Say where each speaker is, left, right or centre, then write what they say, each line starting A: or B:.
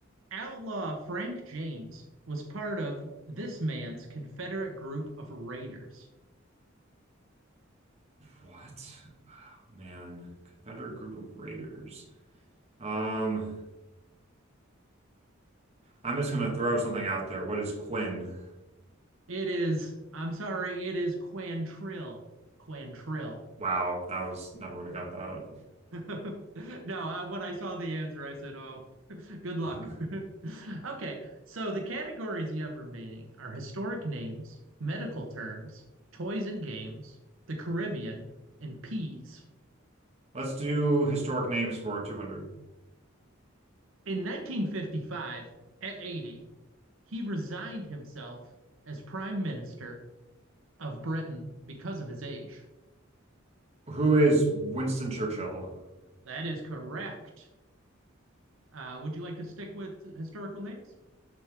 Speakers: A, on the right; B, on the right.
A: outlaw Frank James was part of this man's Confederate group of raiders.
B: What? Oh, man. Confederate group of raiders. Um, I'm just gonna throw something out there. What is Quinn?
A: It is, I'm sorry, it is Quantrill. Quantrill.
B: Wow, that was never would have got
A: <laughs> No, I, when I saw the answer, I said, oh, <laughs> good luck.
B: that.
A: <laughs> Okay, so the categories you have remaining are historic names, medical terms, toys and games, the Caribbean, and peas.
B: <laughs> Let's do historic names for 200.
A: In 1955, at 80, he resigned himself as Prime Minister of Britain because of his age.
B: Who is Winston Churchill?
A: That is correct. Uh, would you like to stick with historical names?